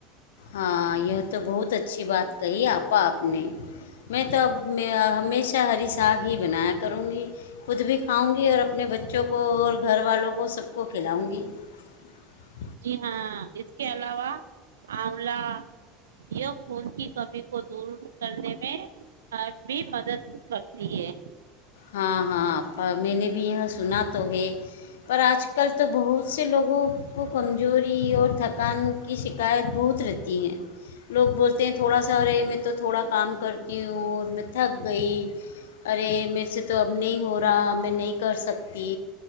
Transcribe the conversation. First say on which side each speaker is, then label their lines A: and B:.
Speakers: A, on the left; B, on the right.
A: ہاں یہ تو بہت اچھی بات کہی آپا آپ نے میں تو اب ہمیشہ ہری ساگ ہی بنایا کروں گی خود بھی کھاؤں گی اور اپنے بچوں کو اور گھر والوں کو سب کو پھیلاؤں گی <unintelligible>
B: جی ہاں اس کے علاوہ آولہ یہ خون کی کمی کو دور کرنے میں بھی مدد کرتی ہے
A: ہاں ہاں میں نہیں بھی ہے سنا تو ہے پر آج کل تو بہت سے لوگوں کو کمزوری اور تھکان کی شکایت بہت رہتی ہے لوگ بولتے ہیں تھوڑا سا ارے میں تو تھوڑا کام کرتی ہوں اور میں تھک گئی ارے میرے سے تو اب نہیں ہو رہا میں نہیں کر سکتی